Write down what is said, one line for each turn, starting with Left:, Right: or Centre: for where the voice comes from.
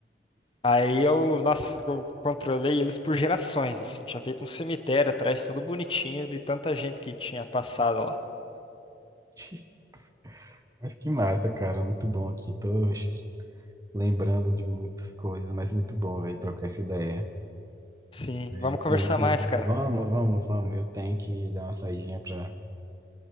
Left: Aí eu, nossa, eu controlei eles por gerações, assim. Tinha feito um cemitério atrás, todo bonitinho, de tanta gente que tinha passado lá.
Right: <laughs> mas que massa, cara. Muito bom aqui. Tô lembrando de muitas coisas, mas muito bom, velho, trocar essa ideia.
Left: Sim, vamos
Right: Eu
Left: conversar
Right: tenho que.
Left: mais, cara.
Right: Vamos, vamos, vamos. Eu tenho que dar uma saidinha pra